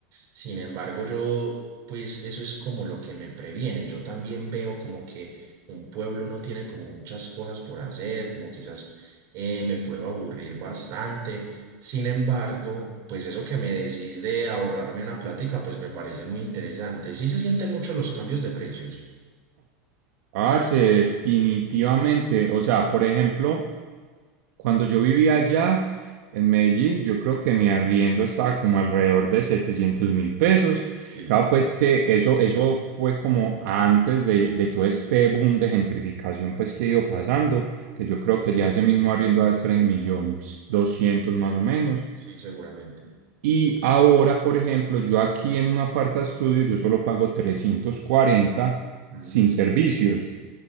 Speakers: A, on the right; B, on the right.
A: Sin embargo, yo, pues eso es como lo que me previene. Yo también veo como que un pueblo no tiene como muchas cosas por hacer, como quizás eh, me puedo aburrir bastante. Sin embargo, pues eso que me decís de ahorrarme una plática, pues me parece muy interesante. Sí se sienten mucho los cambios de precios.
B: Parce, definitivamente, o sea, por ejemplo... Cuando yo vivía allá en Medellín, yo creo que mi arriendo estaba como alrededor de setecientos mil pesos.
A: Sí,
B: Claro, pues que eso, eso fue como antes de, de todo este boom de gentrificación pues que ha ido pasando, que yo creo que ya ese mismo arriendo va a estar en millones doscientos más o menos.
A: sí, seguramente.
B: Y ahora, por ejemplo, yo aquí en un aparta estudio, yo solo pago 340
A: Mm,
B: sin servicios.